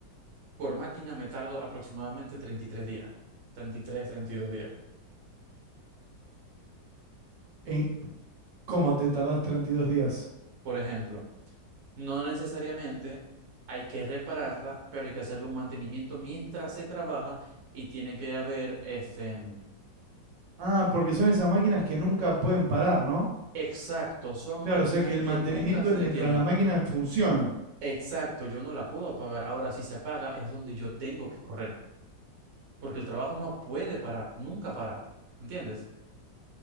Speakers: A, on the right (about 50°); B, on the right (about 75°).
A: por máquina me tardo aproximadamente 33 días, treinta treinta y tres treinta y dos días.
B: en ¿Cómo te tardás 32 días?
A: Por ejemplo, No necesariamente hay que repararla, pero hay que hacerle un mantenimiento mientras se trabaja y tiene que haber este
B: Ah, porque son esas máquinas que nunca pueden parar, ¿no?
A: exacto, son
B: Claro,
A: máquinas
B: o sea que el
A: que
B: mantenimiento
A: nunca se
B: es
A: detienen.
B: mientras la máquina funciona.
A: Exacto, yo no la puedo apagar. Ahora, si se apaga, es donde yo tengo que correr, porque el trabajo no puede parar, nunca para. ¿Entiendes?